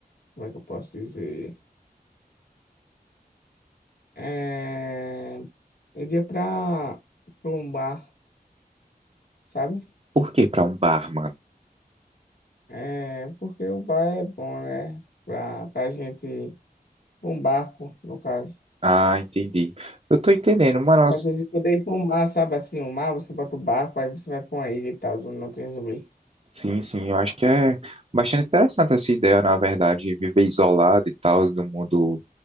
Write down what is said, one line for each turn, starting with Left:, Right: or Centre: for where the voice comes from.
Left: Como é que eu posso dizer? É, iria pra, pra um bar, sabe?
Right: Por que pra um bar, mano?
Left: É, porque o bar é bom, né? Pra, pra gente. Um barco, no caso.
Right: Ah, entendi. Eu tô entendendo, mano.
Left: Às vezes poder ir pra um mar, sabe? Assim, um mar, você bota o barco, aí você vai pra uma ilha e tal, onde não tem zumbi.
Right: Sim, sim, eu acho que é bastante interessante essa ideia, na verdade, de viver isolado e tal, do mundo